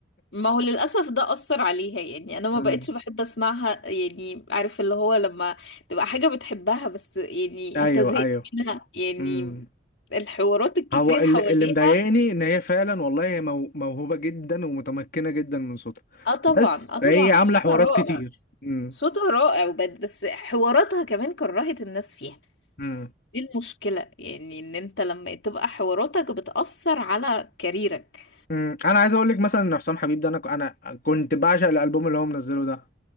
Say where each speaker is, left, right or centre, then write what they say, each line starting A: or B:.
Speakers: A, on the left; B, on the left.
A: ما هو للأسف ده أثر عليها يعني أنا ما
B: <laughs> مم.
A: بقتش بحب أسمعها يعني عارف اللي هو لما تبقى حاجة بتحبها بس يعني
B: ايوه
A: أنت زهقت
B: ايوه
A: منها يعني
B: امم
A: الحوارات الكتير
B: هو اللي,
A: حواليها
B: اللي مضايقني ان هي فعلا والله هي مو... موهوبه جدا ومتمكنه جدا من صوتها
A: اه طبعا
B: بس
A: اه طبعا
B: هي عامله
A: صوتها
B: حوارات
A: رائع
B: كتير امم
A: صوتها رائع وبد- بس حواراتها كمان كرهت الناس فيها
B: امم
A: دي المشكلة يعني إن أنت لما تبقى حواراتك بتأثر على كاريرك
B: امم انا عايز اقول لك مثلا ان حسام حبيب ده انا ك- انا كنت بعشق الالبوم اللي هو منزله ده